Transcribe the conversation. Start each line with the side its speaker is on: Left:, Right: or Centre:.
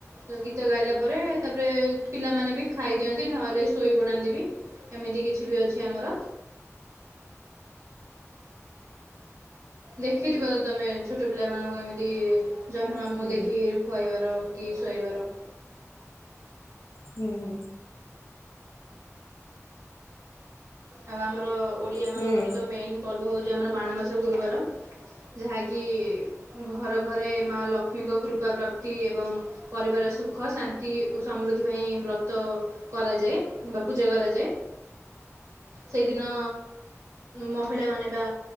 Right: ତ ଗୀତ ଗାଇଲା ପରେ ତାପରେ ପିଲାମାନେ ବି ଖାଇ ଦିଅନ୍ତି ନହେଲେ ଶୋଇପଡନ୍ତି ବି। ଏମିତି କିଛି ବି ଅଛି ଆମର। ଦେଖିଥିବ ତ ତମେ ଛୋଟୋ ପିଲାମାନଙ୍କୁ ଏମିତି ଜହ୍ନ ମାମୁଁ
Left: ହୁଁ।
Right: ଦେଖିକିରି ଖୁଆଇବାର କି ଶୁଆଇବାର।
Left: ହୁଁ ହୁଁ।
Right: ଆଉ ଆମର ଓଡ଼ିଆ ମାନଙ୍କର
Left: ହୁଁ
Right: ତ ମେନ୍ ପର୍ବ ହୋଉଚି ଆମର ମାଣ ବସା ଗୁରୁବାର। ଯାହାକି ଘର ଘରେ ମା ଲକ୍ଷ୍ମୀଙ୍କ କୃପା ପ୍ରାପ୍ତି ଏବଂ ପରିବାର ର ସୁଖ ଶାନ୍ତି ଓ ସମୃଦ୍ଧି ପାଇଁ ବ୍ରତ କରାଯାଏ। ବା ପୂଜା କରାଯାଏ। ସେଇଦିନ ମହିଳା ମାନେ ବା